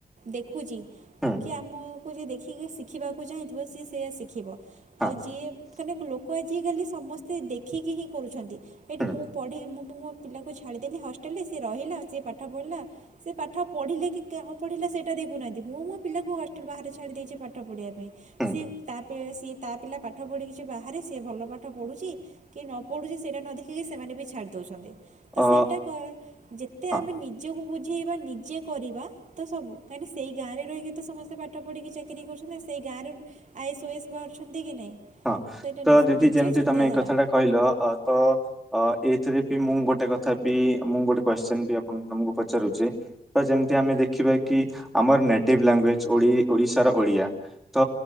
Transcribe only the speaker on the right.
ଦେଖୁଚି
ଏ ଆମକୁ ଯିଏ ଦେଖିକି ଶିଖିବାକୁ ଚାହିଁଥିବ ସିଏ ସେୟା ଶିଖିବ
ଆଉ ଯିଏ ମାନେ ଲୋ ଆଜିକାଲି ସମସ୍ତେ ଦେଖିକି ହିଁ କରୁଛନ୍ତି ଏଇଠି
ମୁଁ ପଢ଼ି ମୁଁ ମୋ ପିଲାକୁ ଛାଡ଼ିଦେଲି ହଷ୍ଟେଲରେ ସିଏ ରହିଲା ସିଏ ପାଠ ପଢ଼ିଲା। ସେ ପାଠ ପଢ଼ିଲେ କି କେଁ ପଢିଲା ସେଟା ଦେଖୁନାହାନ୍ତି ମୁଁ ମୋ ପିଲାଙ୍କୁ ହଷ୍ଟେଲ ବାହାରେ ଛାଡ଼ି ଦେଇଛି ପାଠ ପଢ଼ିବା ପାଇଁ।
ସିଏ ତା ପେ ସିଏ ତା ପିଲା ପାଠ ପଢ଼ିକି ସେ ବାହାରେ ଆସି ସିଏ ଭଲ ପାଠ ପଢୁଛି କି ନ ପଢୁଛି ସେଇଟା ନ ଦେଖିକି ସେମାନେ ବି ଛାଡ଼ିଦଉଛନ୍ତି। ତ
ସେଇଟା କ ଯେତେ
ଆମେ ନିଜକୁ ବୁଝେଇବା ନିଜେ କରିବା ତ ସବୁ କାହିଁକି ନା ସେଇ ଗାଁରେ ରହିକି ତ ସମସ୍ତେ ପାଠ ପଢ଼ିକି ଚାକିରି କରୁଛନ୍ତି ନା ସେଇ ଗାଁରେ ବି ଆଇ ଏସ୍ ଓ ଏସ୍ ବାହାରୁଛନ୍ତି କି ନାହିଁ?
ସେଇଟା
ନାହିଁ
ନିଜ
ଚିନ୍ତାଧାରା